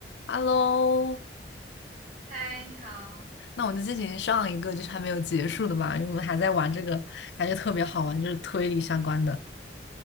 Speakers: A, on the left; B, on the right.
A: Hello，
B: 嗨，你好，
A: 那我们就进行上一个就是还没有结束的吧，因为我们还在玩这个，感觉特别好玩，就是推理相关的。